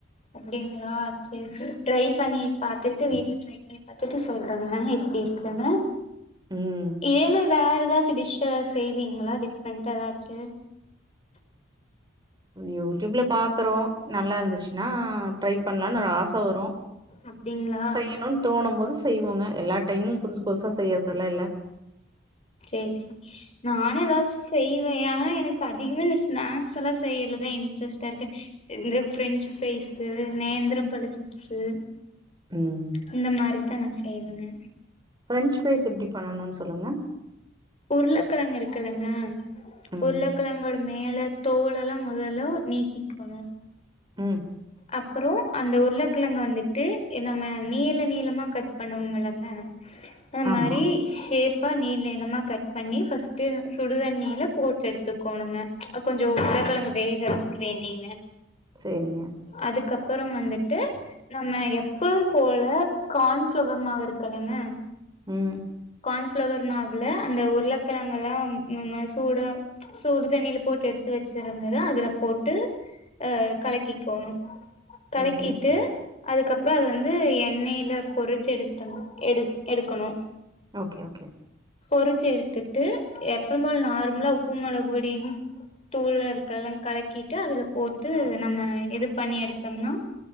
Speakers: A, on the left; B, on the right.
A: அப்டிங்களா சேரி சேரி ட்ரை பண்ணி பாத்துட்டு வீட்டுல ட்ரை பண்ணி பாத்துட்டு சொல்றேங்க எப்டி இருக்குனு
B: ம்
A: ஏல வேற எதாச்சு டிஷ்ஷீ எதாது செய்வீங்களா டிஃப்ரெண்ட்டா எதாச்சு
B: யூடியூப்ல பாக்குறோ நல்லா இருந்துச்சுனா ட்ரை பண்ணலானு ஒரு ஆச வரு
A: அப்டிங்களா
B: செய்யணு தோணும் போது செய்வோங்க எல்லா டைமும் புது புதுசா செய்யறதெல்லா இல்ல
A: சேரி சேரி நானு எதாச் செய்வே ஆனா எனக்கு அதிகமா இந்த ஸ்நாக்ஸ் எல்லா செய்யுறதுல இன்ட்ரெஸ்ட்டா இருக்கு இந்த பிரெஞ்சு ஃப்ரைஸு நேந்திர பழ சிப்ஸு
B: ம்
A: இந்த மாரிதா நா செய்வேங்க
B: பிரெஞ்ச் ஃப்ரைஸ் எப்டி பண்ணணுன் சொல்லுங்க
A: உருளக்கெழங்க இருக்குல்லங்க
B: ம்
A: உருள கெழங்கோட மேல தோலெல்லா மொதல்ல நீக்கிக்கோணு
B: ம்
A: அப்றோ அந்த உருளக்கெழங்க வந்துட்டு எ நாம நீள நீளமா கட் பண்ணுவமில்லங்க அந்மாரி
B: ஆமா
A: ஷேப்பா நீள் நீளமா கட் பண்ணி ஃபஸ்ட்டு சுடுதண்ணியில போட்டு எடுத்துக்கோணுங்க கொஞ்சோ உருள கெழங்கு வேகறத்துக் கு வேண்டீங்க
B: சேரிங்க
A: அதுக்கப்பறோ வந்துட்டு நம்ம எப்பம் போல கான்ஃபிளவர் மாவு இருக்கல்லங்க
B: ம்
A: கான்ஃபிளவர் மாவுல அந்த உருளக்கெழங்க எல்லாம் ம ம சூட சூடு தண்ணில போட்டு எடுத்து வெச்சிருந்தத அதுல போட்டு ஆ கலக்கிக்கோணு கலக்கீட்டு
B: ஓகே
A: அதுக்கப்றோ அது வந்து எண்ணெயில பொறிச்சு எடுத்தனு எடு எடுக்கணு
B: ஓகே ஓகே
A: பொறிச்சு எடுத்துட்டு எப்பம்போல நார்மலா உப்பும் மெளகு பொடியும் தூள இருக்கல்லா கலக்கிட்டு அதுல போட்டு நம்ம இது பண்ணி எடுத்தம்னா